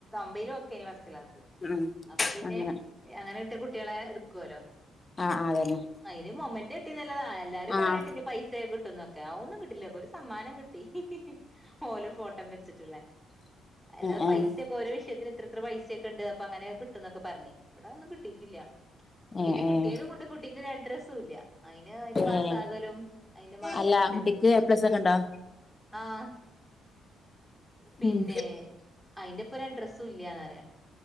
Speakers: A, in the centre; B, on the left.
A: ഒമ്പലും ഓക്കാരുന്നു ഫസ്റ്റ് ക്ലാസ്
B: ആഹ്
A: അപ്പൊ പിന്നെ
B: അങ്ങനെ
A: അങ്ങനെ വിട്ട കുട്ടികളെ എടുക്കുവല്ലോ
B: ആഹ് ആഹ് അതന്നെ
A: അതിന് മെമ്മന്റെം കിട്ടിയതല്ലാതെ എല്ലാരും
B: ആഹ്
A: പറയണ കേട്ട് ഇനി പൈസ കിട്ട ട്ടന്നൊക്കെ ആ ഒന്നും കിട്ടില്ല ഒരു സമ്മാനം കിട്ടി ഓലെ ഫോട്ടോം വെച്ചിട്ടുള്ളെ അല്ലാെ
B: ആഹ് ആഹ്
A: പൈസൊക്കെ ഓര വിഷയത്തി ഇത്ര പൈസയക്ക ഉണ്ട് അപ്പൊ അങ്ങനെ കിട്ടുന്നൊക്ക പറഞ്ഞിന് ഇവിടെ ഒന്നും കിട്ടിട്ടില്ല
B: ഏഹ്
A: പിന്നെ കിട്ടിയതും
B: ഏഹ്
A: കൊണ്ട് കുട്ടീന്റെ ഒരു അഡ്രസ്സും ഇല്ല അതിന് അതിന്റെ പാസകലും
B: ഏഹ്
A: അതിന്റെ മാർക്കും
B: അല്ല
A: കിട്ടി
B: കുട്ടിക്ക് എ പ്ലസ് ഒക്കെ ഉണ്ടോ
A: ആഹ് പിന്നെ
B: ഉം
A: അയിന്റെപ്പൊ ഒരു അഡ്രസ്സും ഇല്ലന്ന് പറയും